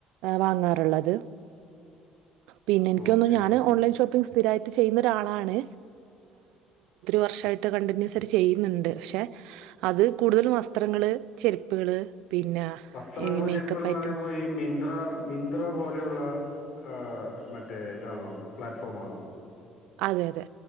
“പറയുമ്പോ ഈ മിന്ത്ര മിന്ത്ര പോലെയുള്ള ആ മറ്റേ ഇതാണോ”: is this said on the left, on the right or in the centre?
Left